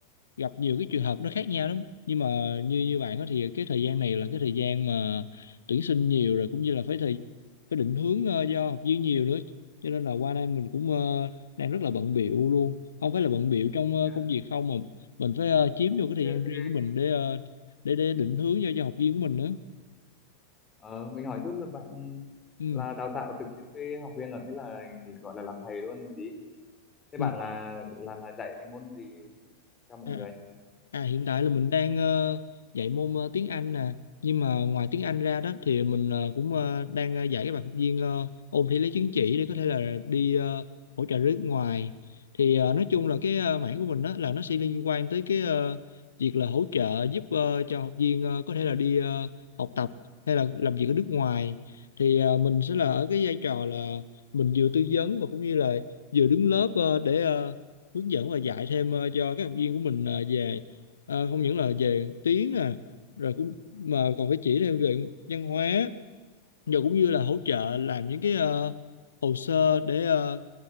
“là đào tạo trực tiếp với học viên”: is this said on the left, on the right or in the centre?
Left